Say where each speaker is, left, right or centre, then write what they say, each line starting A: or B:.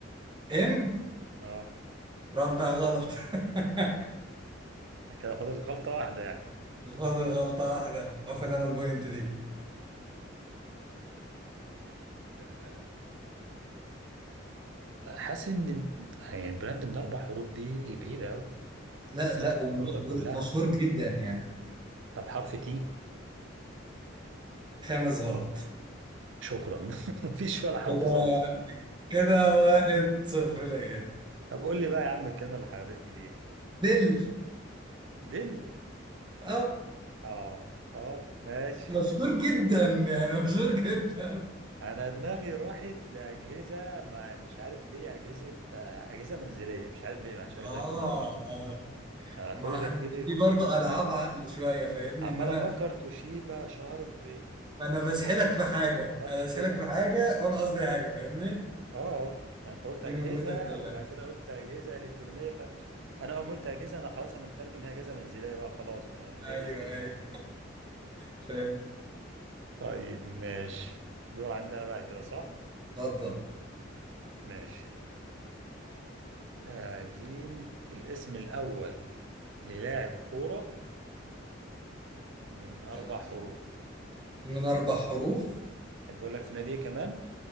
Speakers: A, on the right; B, on the right.
A: ام
B: اه
A: رابع غلط <laughs>
B: كده فاضل غلطة واحدة يعني
A: فاضل غلطة واحدة واخد انا البوينت دي
B: طيب آه، حاسس ان يعني البراند من اربع حروف دي بعيدة قوي
A: لا
B: الاسامي
A: لا
B: كبيرة
A: ومشهور
B: كلها
A: مشهور جدا يعني
B: طب حرف تي
A: خامس غلط
B: شكرا <laughs> مفيش ولا حرف
A: كده
B: ظبط
A: كده واحد صفر ليا
B: طب قول لي بقى يا عم الكلمة اللي حيرتني دي ايه
A: دل
B: دل
A: اه
B: اه اه ماشي
A: مشهور
B: <laughs>
A: جدا يعني مشهور جدا
B: انا دماغي راحت لاجهزة ما مش عارف ليه اجهزة آه، اجهزة منزلية مش عارف ليه ما فيش اجهزة
A: اه
B: الكترونية خالص
A: آه.
B: انا
A: ما
B: كل تفكيري
A: انا في برضه
B: عمال
A: العاب عقل شويه فاهمني
B: عمال
A: ان انا
B: افكر توشيبا شارب
A: انا
B: الحاجات
A: بسحلك في حاجه
B: ما اعرفش
A: انا بسحلك
B: ليه
A: في حاجه وانا قصدي حاجه فاهمني
B: اه اه انت قلت
A: دي
B: اجهزة
A: من متعه اللعب
B: وبعد كده قلت اجهزة الكترونية ف انا اول ما قلت اجهزة انا خلاص انا مترجم هي اجهزة منزلية بقى خلاص ما ده
A: ايوه
B: اللي جه في دماغي
A: ايوه فاهم
B: طيب ماشي دور عندنا بقى كده صح
A: اتفضل
B: ماشي آه، عايزين الاسم الأول للاعب كورة من أربع
A: تمام
B: حروف
A: من اربع حروف
B: أحب أقول لك في نادي إيه كمان